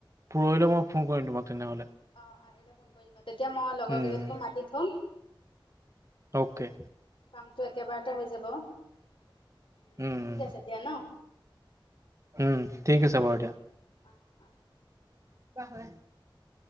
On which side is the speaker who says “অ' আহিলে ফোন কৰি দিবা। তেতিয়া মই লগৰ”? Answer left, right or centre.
Left